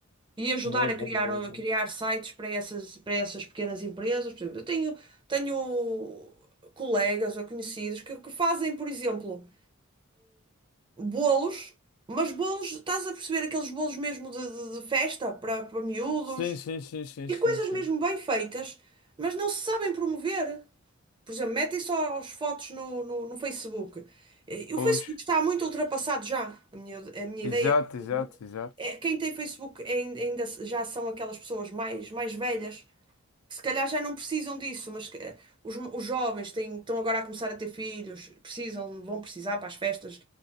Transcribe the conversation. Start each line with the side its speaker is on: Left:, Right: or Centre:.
Right: e ajudar
Left: boa,
Right: a
Left: boa,
Right: criar,
Left: boa.
Right: a
Left: boa.
Right: criar sites para essas, para essas pequenas empresas. Por exemplo, eu tenho, tenho colegas ou conhecidos que, que fazem, por exemplo, bolos, mas bolos, estás a perceber aqueles bolos mesmo de, de- de festa para, para miúdos
Left: Sim, sim, sim, sim,
Right: e
Left: sim,
Right: coisas
Left: sim.
Right: mesmo bem feitas, mas não se sabem promover. Por exemplo, metem só as fotos no, no, no Facebook. Eh, O
Left: Pois.
Right: Facebook está muito ultrapassado já. A minha, a minha
Left: Exato,
Right: ideia é que o Facebook.
Left: exato, exato.
Right: É, quem tem Facebook é ain- ainda se- já são aquelas pessoas mais, mais velhas que se calhar já não precisam disso, mas que, eh, os, os jovens têm, estão agora a começar a ter filhos, precisam, vão precisar para as festas.